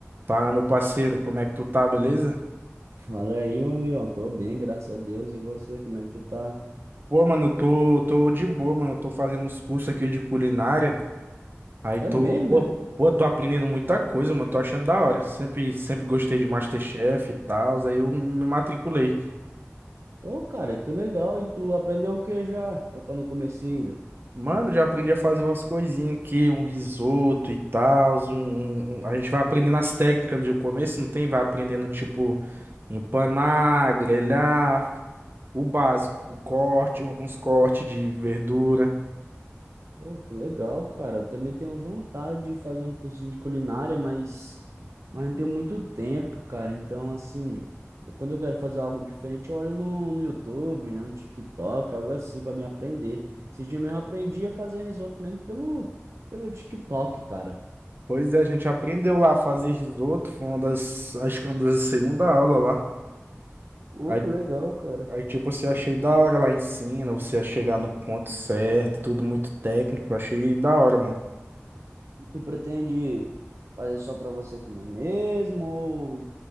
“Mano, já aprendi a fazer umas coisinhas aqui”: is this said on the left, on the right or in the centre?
Right